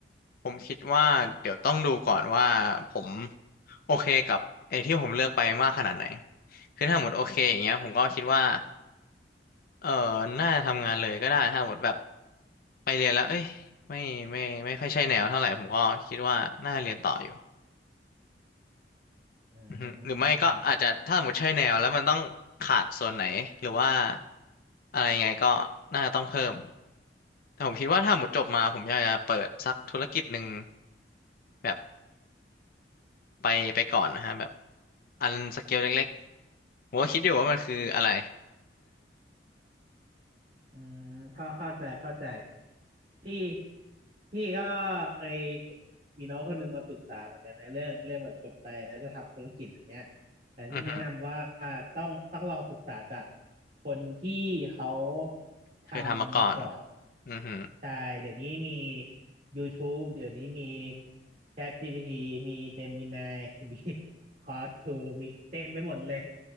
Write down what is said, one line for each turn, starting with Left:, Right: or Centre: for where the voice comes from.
Left: ผมคิดว่าเดี๋ยวต้องดูก่อนว่าผมโอเคกับไอ้ที่ผมเลือกไปมากขนาดไหนคือถ้าหมดโอเคอย่างเงี้ยผมก็คิดว่าเออน่าจะทำงานเลยก็ได้ถ้าหมดแบบไปเรียนแล้วเอ้ยไม่ไม่ไม่ค่อยใช่แนวเท่าไหร่ผมก็คิดว่าน่าเรียนต่ออยู่
Right: อ่า
Left: อือฮึหรือไม่ก็อาจจะถ้าสมมติใช่แนวแล้วมันต้องขาดส่วนไหนหรือว่าอะไรยังไงก็น่าจะต้องเพิ่มแต่ผมคิดว่าถ้าหมดจบมาผมอยากจะเปิดสักธุรกิจหนึ่งแบบไปไปก่อนนะฮะแบบอันสเกลเล็กๆผมก็คิดอยู่ว่ามันคืออะไร
Right: อืมเข้าเข้าใจเข้าใจพี่พี่ก็เคยเห็นมีน้องคนหนึ่งมาปรึกษาเหมือนกันนะเรื่องเรื่องแบบจบไปแล้วจะทำธุรกิจอะไรเงี้ยแต่พี่แนะนำว่า
Left: อือฮึ
Right: ต้องต้องลองศึกษาจากคนที่เขาทำมาก่อน
Left: เคยทำมาก่อนอือฮึ
Right: ใช่เดี๋ยวนี้มี YouTube เดี๋ยวนี้มี ChatGPT มี Gemini มี Claude 2มีเต็มไปหมดเลย